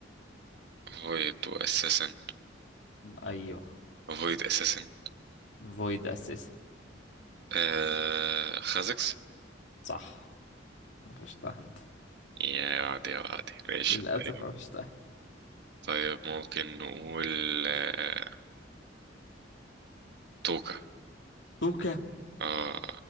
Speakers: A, on the right (about 60°); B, on the left (about 75°).
A: فويد واساسن
B: ايوه
A: فويد اساسن
B: فويد اساسا
A: آه خازكس
B: صح قفشتها انت
A: يا عادي عادي ماشي
B: للاسف
A: طيب
B: قفشتها
A: طيب ممكن نقول آه توكا
B: توكا
A: اه